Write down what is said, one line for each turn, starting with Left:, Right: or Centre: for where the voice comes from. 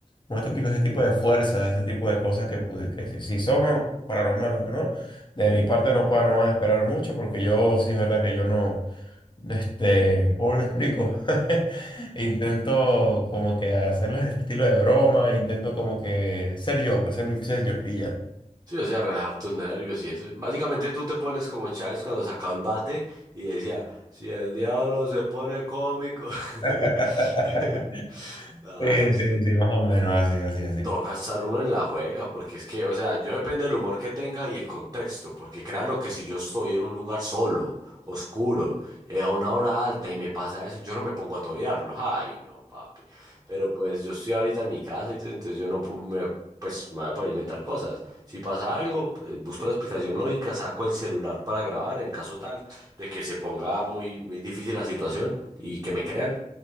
Left: como te explico, ese tipo de fuerza, ese tipo de cosas que, pudi- que si, si son paranormales o no, de mi parte no puedo, no van a esperar mucho, porque yo sí es verdad que yo no, este, ¿cómo lo explico? <laughs> Intento como que hacerles este estilo de broma, intento como que ser yo, pues ser mi ser yo y ya.
Right: Sí, o sea, relajar tus nervios y eso. Básicamente tú te pones como Chávez cuando sacaba el bate y decía, si el diablo se pone cómico. <laughs>
Left: <laughs>
Right: Dale,
Left: Sí,
Right: es
Left: sí,
Right: que
Left: sí, más o menos, así, así, así.
Right: Toca estar uno en la juega, porque es que, o sea, yo depende del humor que tenga y el contexto, porque créalo que si yo estoy en un lugar solo, oscuro, eh, a una hora alta y me pasa eso, yo no me pongo a torearlo, ay, no, papi. Pero pues yo estoy ahorita en mi casa, y t- entonces yo no pu- me, pues me voy a poner a inventar cosas. Si pasa algo, pues, busco la explicación lógica, saco el celular para grabar en caso tal de que se ponga muy, muy difícil la situación y que me crean.